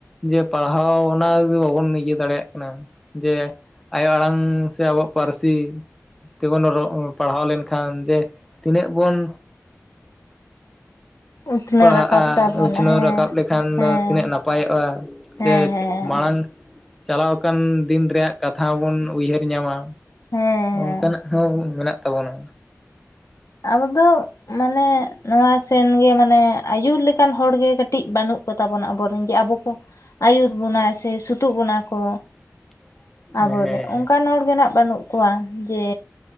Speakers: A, in the centre; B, on the left (about 80°).
A: ᱡᱮ ᱯᱟᱲᱦᱟᱣ ᱚᱱᱟ ᱜᱮ ᱵᱟᱵᱚᱱ ᱤᱭᱟᱹ ᱫᱟᱲᱮᱭᱟᱜ ᱠᱟᱱᱟ᱾ ᱡᱮ ᱟᱭᱳ ᱟᱲᱟᱝ ᱥᱮ ᱟᱵᱚᱣᱟᱜ ᱯᱟᱹᱨᱥᱤ ᱛᱮᱵᱚᱱ ᱯᱟᱲᱦᱟᱣ ᱞᱮᱱᱠᱷᱟᱱ ᱡᱮ ᱛᱤᱱᱟᱹᱜ ᱵᱚᱱ <inaudible>
B: ᱩᱛᱱᱟᱹᱣ
A: ᱯᱟᱲᱦᱟᱜᱼᱟ
B: ᱨᱟᱠᱟᱵ ᱛᱟᱵᱚᱱᱟ
A: ᱩᱪᱷᱱᱟᱹᱣ
B: ᱦᱮᱸ
A: ᱨᱟᱠᱟᱵ ᱞᱮᱠᱷᱟᱱ
B: ᱦᱮᱸ
A: ᱫᱚ ᱛᱤᱱᱟᱹᱜ ᱱᱟᱯᱟᱭᱚᱜᱼᱟ᱾
B: ᱦᱮᱸ
A: ᱥᱮ
B: ᱦᱮᱸ
A: ᱢᱟᱲᱟᱝ ᱪᱟᱞᱟᱣ ᱟᱠᱟᱱ ᱫᱤᱱ ᱨᱮᱭᱟᱜ ᱠᱟᱛᱷᱟ ᱦᱚᱸᱵᱚᱱ ᱩᱭᱦᱟᱹᱨ ᱧᱟᱢᱟ᱾
B: ᱦᱮᱸ
A: ᱚᱱᱠᱟᱱᱟ
B: ᱦᱮᱸ
A: ᱦᱚᱸ ᱢᱮᱱᱟᱜ ᱛᱟᱵᱚᱱᱟ᱾
B: ᱟᱵᱚᱚ ᱢᱟᱱᱮ ᱱᱚᱣᱟ ᱥᱮᱱᱜᱮ ᱢᱟᱱᱮ ᱟᱭᱩᱨ ᱞᱮᱠᱟᱱ ᱦᱚᱲᱜᱮ ᱠᱟᱹᱴᱤᱡ ᱵᱟᱹᱱᱩᱜ ᱠᱚᱛᱟᱵᱚᱱᱟ ᱟᱵᱚᱨᱮᱱ ᱴ, ᱡᱮ ᱟᱵᱚ ᱠᱚ ᱟᱹᱭᱩᱨ ᱵᱚᱱᱟ ᱥᱮ ᱥᱩᱛᱩᱜ ᱵᱚᱱᱟ ᱠᱚ᱾
A: <inaudible> ᱦᱮᱸ
B: ᱟᱵᱚᱨᱮᱱ ᱚᱱᱠᱟᱱ ᱦᱚᱲᱜᱮ ᱱᱟᱦ ᱵᱟᱹᱱᱩᱜ ᱠᱚᱣᱟ ᱡᱮ